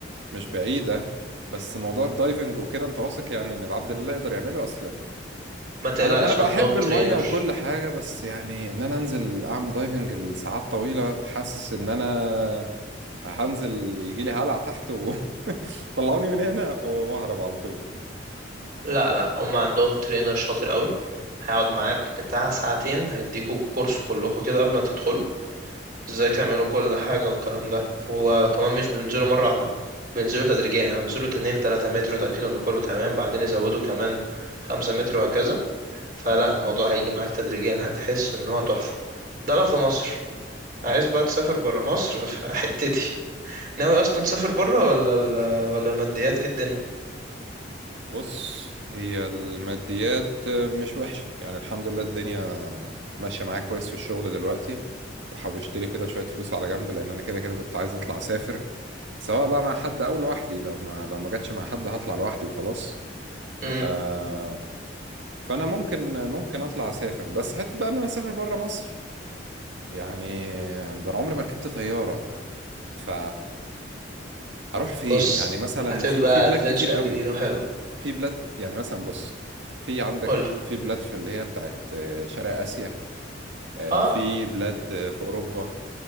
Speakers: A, on the right; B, on the right.
A: مش بعيدة بس موضوع الدايفنج وكده انت واثق يعني ان العبد لله يقدر يعمله اصلا
B: ما تقلقش
A: انا انا بحب
B: عندهم ترينر
A: المية وكل حاجة بس يعني ان انا انزل اعمل دايفنج لساعات طويلة حاسس ان انا هنزل يجي لي هلع تحت وطلعوني <laughs> من هنا واهرب على طول
B: لا لا هم عندهم ترينر شاطر قوي هيقعد معاك بتاع ساعتين هيديكوا كورس كلكوا كده قبل ما تدخلوا ازاي تعملوا كل حاجة والكلام ده وكمان مش بينزلوا مرة واحدة بينزلوا تدريجيا يعني بينزلوا 2 3 متر يتأكدوا ان كله تمام بعدين يزودوا كمان 5 متر وهكذا فلا الموضوع هيجي معاك تدريجيا هتحس ان هو تحفة ده لو في مصر عايز بقى تسافر برا مصر <laughs> فحتتي ناوي اصلا تسافر برا ولا ال- ولا الماديات ايه الدنيا
A: بص هي الماديات مش وحشة يعني الحمد لله الدنيا ماشية معايا كويس في الشغل دلوقتي وحوشت لي كده شوية فلوس على جنب لان انا كده كده كنت عايز اطلع اسافر سواء بقى مع حد او لوحدي لو ما لو ما جاتش مع حد هطلع لوحدي وخلاص
B: امم
A: آه فانا ممكن ممكن اطلع اسافر بس حته بقى ان انا اسافر بره مصر يعني ده انا عمري ما ركبت طياره ف هروح فين
B: بص
A: يعني مثلا
B: هتبقى
A: في في بلاد
B: ادفنتشر
A: كتير قوي
B: جديدة وحلو
A: في بلاد يعني مثلا بص في عندك
B: قولي
A: في بلاد في اللي هي بتاعت آه، شرق اسيا آه،
B: اه
A: في بلاد آه، في اوروبا